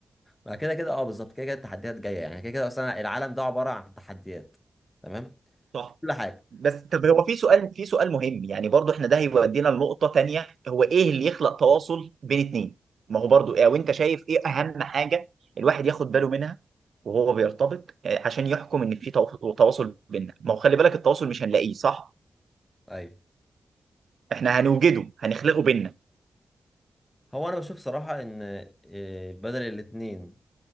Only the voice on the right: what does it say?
صح
بس طب هو في سؤال في سؤال مهم يعني برضو احنا ده هيودينا لنقطه تانيه هو ايه اللي يخلق تواصل بين اتنين ما هو برضو ايه وانت شايف ايه اهم حاجه الواحد ياخد باله منها وهو بيرتبط آه، عشان يحكم ان في توا- تواصل بيننا ما هو خلي بالك التواصل مش هنلاقيه صح
احنا هنوجده هنخلقه بينا